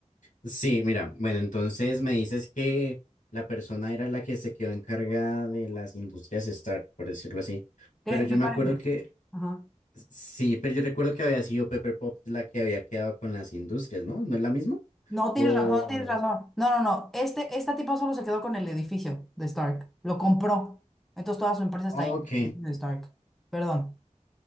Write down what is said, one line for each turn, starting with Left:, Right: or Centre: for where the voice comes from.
Left: Sí, mira, bueno, entonces me dices que la persona era la que se quedó encargada de las industrias Stark, por decirlo así,
Centre: Cre-
Left: pero yo
Centre: Me
Left: me
Centre: parece.
Left: acuerdo que
Centre: Ajá.
Left: Sí, pero yo recuerdo que había sido Pepper Pop la que había quedado con las industrias, ¿no? ¿No es la misma?
Centre: No, tienes
Left: O...
Centre: razón, tienes razón. No, no, no. Este, esta tipa solo se quedó con el edificio de Stark. Lo compró. Entonces toda su empresa está
Left: oh,
Centre: ahí.
Left: Ok,
Centre: De Stark. Perdón.